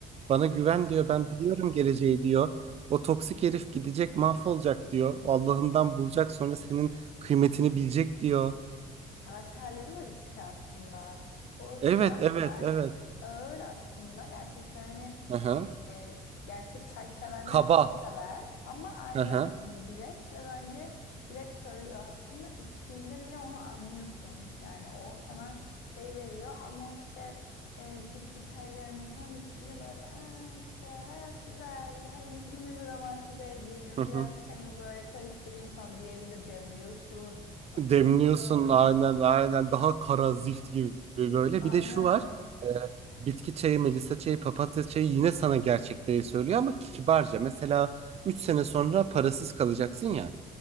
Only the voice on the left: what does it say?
Karakterleri var işte aslında. O siyah
çay
ağır aslında. Gerçekten hani
e, e, gerçek çay sevenler
onu sever. Ama aynı
hani direkt ve bence direkt söylüyor aslında. İçtiğinde bile onu anlıyorsun. Yani o sana şey veriyor ama o işte e, bitki çaylarını falan içtiğinde böyle "Aa, işte hayat güzel. Hani günümü romantize edeyim.
Biraz çayımı böyle karıştırayım falan. diğerinde demliyorsun, atıyorsun.
Aynen.